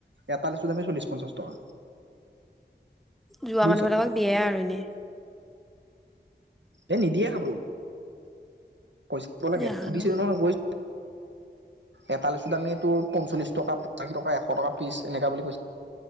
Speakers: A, on the right; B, in the centre.
A: এটা লিচুৰ দামেই চলিশ পঞ্চাছ টকা।
B: যোৱা
A: বুজিছ
B: মানুহবিলাকক দিয়ে আৰু এনে।
A: এ নিদিয়ে খাবো। পইচা দিব লাগে
B: জানো।
A: <unintelligible> সুধিছিলোঁ নহয়, গৈ এটা লিচু দাম তোৰ পঞ্চল্লিছ টকা, পঁচাশী টকা, এশ টকা পিছ এনেকা বুলি কৈছিলে।